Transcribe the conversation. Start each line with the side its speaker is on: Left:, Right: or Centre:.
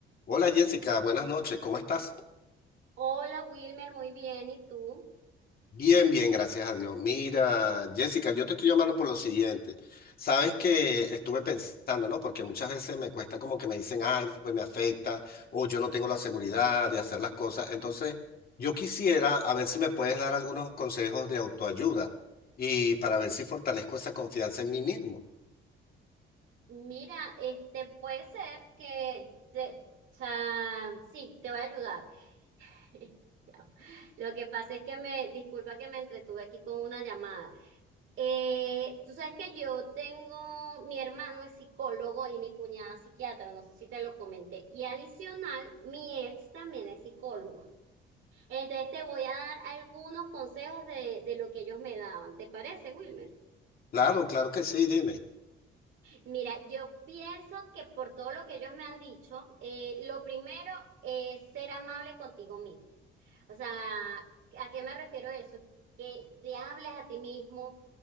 Left: Hola Jessica, buenas noches, ¿cómo estás?
Right: Hola Wilmer, muy bien. ¿Y tú?
Left: Bien, bien, gracias a Dios. Mira, Jessica, yo te estoy llamando por lo siguiente. Sabes que estuve pensando, ¿no? Porque muchas veces me cuesta como que me dicen algo y me afecta, o yo no tengo la seguridad de hacer las cosas. Entonces, yo quisiera a ver si me puedes dar algunos consejos de autoayuda y para ver si fortalezco esa confianza en mí mismo.
Right: Mira, este puede ser que, te- o sea, sí, te voy a ayudar. <laughs> Ya. Lo que pasa es que me, disculpa que me entretuve aquí con una llamada. Eh, tú sabes que yo tengo, mi hermano es psicólogo y mi cuñada es psiquiatra, no sé si te lo comenté. Y adicional, mi ex también es psicólogo. Entonces te voy a dar algunos consejos de, de lo que ellos me daban. ¿Te parece, Wilmer?
Left: Claro, claro que sí, dime.
Right: Mira, yo pienso que por todo lo que ellos me han dicho, eh, lo primero es ser amable contigo mismo. O sea, ¿a qué me refiero eso? Que te hables a ti mismo,